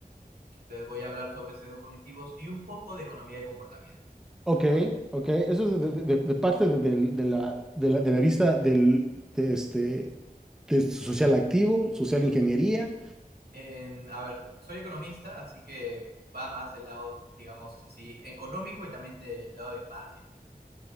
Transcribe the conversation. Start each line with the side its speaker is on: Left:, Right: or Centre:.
Right: Entonces voy a hablar sobre sesgos cognitivos y un poco de economía de comportamiento.
Centre: Ok, ok. Eso es de, de- de- de parte de, del- de la, de la, de la vista del, de este, de social activo, social ingeniería
Right: Eh, a ver, soy economista, así que va más del lado, digamos así, económico y también del lado de marketing.